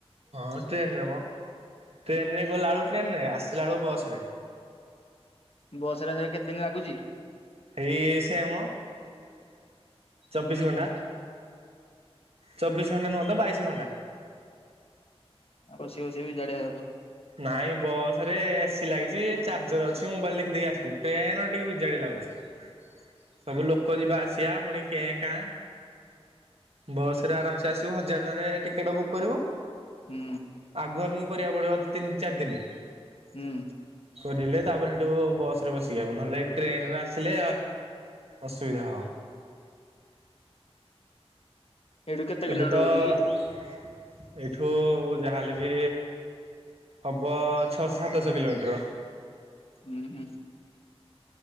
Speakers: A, on the right; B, on the left.
A: ହଁ ଟ୍ରେନରେ ମ, ଟ୍ରେନ ରେ ଗଲା ବେଳୁ ଟ୍ରେନ ରେ ଆସ ତିଲା ବେଳୁ ବସରେ।
B: ବସ ରେ ଆସିବାକୁ କେତେ ଦିନ ଲାଗୁଛି?
A: ହେଇ ସେମ୍ ଚବିଶ ଘଣ୍ଟା ଚବିଶ ଘଣ୍ଟା ନୁହ ତ ବାଇଶ ଘଣ୍ଟା।
B: ବସି ବସି ବି ଜାଡା ହଉଥିବ।
A: ନାଇଁ ବସ ରେ ଏସି ଲାଗିଛି, ଚାର୍ଜର ଅଛି, ମୋବାଇଲ ଦେଖି ଦେଖି ଆସିବୁ। ଟ୍ରେନ ରେ ଟିକେ ବିଜାଡିଆ ଲାଗୁଛି।
B: <inaudible>
A: ସବୁ ଲୋକ ଯିବା ଆସିବା ପୁଣି କେଁ କାଁ। ବସ ରେ ଆରାମସେ ଆସିବୁ ହଜାର ଟଙ୍କାରେ ଟିକେଟ ବୁକ୍ କରିବୁ।
B: ହୁଁ
A: ଆଗୁଆ କରିବାକୁ ପଡିବ ତିନି ଚାରି ଦିନ
B: ହୁଁ।
A: ଥିଲେ ତାପରେ ସେଠୁ ବସ ରେ ବସିକି ଆଇବୁ। ନହେଲେ ଟ୍ରେନରେ ଆସିଲେ ଅସୁବିଧା ହବ।
B: ଏଇଠୁ କେତେ
A: ଏବେ
B: କିଲୋମିଟର
A: ତ
B: ହଉଛି
A: ଏଇଠୁ
B: କି?
A: ଏଠୁ ଯାହାହେଲେ ବି ହବ ଛଅ ସାତଶହ କିଲୋମିଟର।
B: ହୁଁ ହୁଁ।